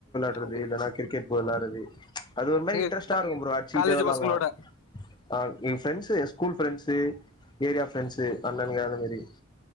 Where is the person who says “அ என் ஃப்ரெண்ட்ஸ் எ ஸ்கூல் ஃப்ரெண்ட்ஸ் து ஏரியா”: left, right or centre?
Left